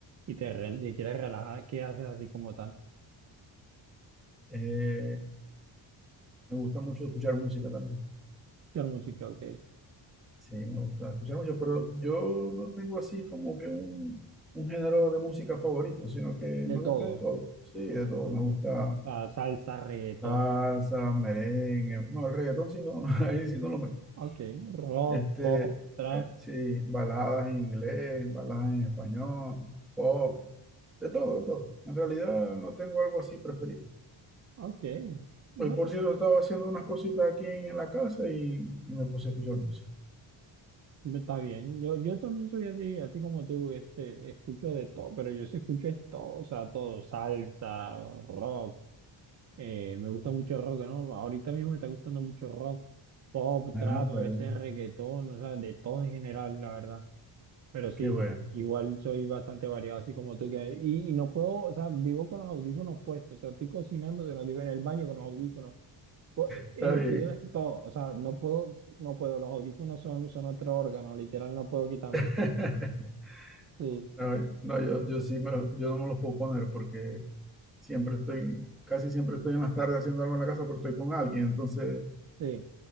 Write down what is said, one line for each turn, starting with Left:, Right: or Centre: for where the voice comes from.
Right: y te, rel- y quieres relajar, ¿qué haces así como tal?
Centre: Eh, Me gusta mucho escuchar música también.
Right: Quiero música, ok.
Centre: Sí, me gusta escuchar mucho, pero yo no tengo así como que un, un género de música favorito, sino que
Right: De
Centre: me
Right: todo.
Centre: gusta de todo. Sí, de todo. Me gusta
Right: Ah, salsa, reggaetón,
Centre: salsa, merengue. No, el reggaetón sí no, <laughs> ahí sí no lo meto.
Right: ok. Rock,
Centre: Este,
Right: pop, trap,
Centre: eh, sí, baladas en inglés, baladas en español, pop, de todo, de todo. En realidad no tengo algo así preferido.
Right: ok. No,
Centre: Hoy, por cierto, estaba haciendo unas cositas aquí en la casa y, y me puse a escuchar música.
Right: no está bien. Yo, yo también soy así, así como tú, este, escucho de todo, pero yo sí escucho es todo, o sea, todo, salsa, rock. Eh, me gusta mucho el rock, ¿no? Ahorita mismo me está gustando mucho rock, pop,
Centre: Ah,
Right: trap,
Centre: está
Right: a veces
Centre: bien.
Right: reggaetón, o sea, de todo en general, la verdad. Pero sí,
Centre: Qué bueno.
Right: sí, igual soy bastante variado, así como tú que... Y, y no puedo, o sea, vivo con los audífonos puestos, o sea, estoy cocinando, con los digo en el baño con los audífonos, co-
Centre: Está
Right: eh,
Centre: bien.
Right: estudiando, todo, o sea, no puedo, no puedo, los audífonos son, son otro órgano, literal, no puedo quitármelos.
Centre: <laughs>
Right: Sí,
Centre: No, no, yo, yo sí me lo- yo no me los puedo poner porque siempre estoy, casi siempre estoy en las tardes haciendo algo en la casa porque estoy con alguien. Entonces,
Right: sí.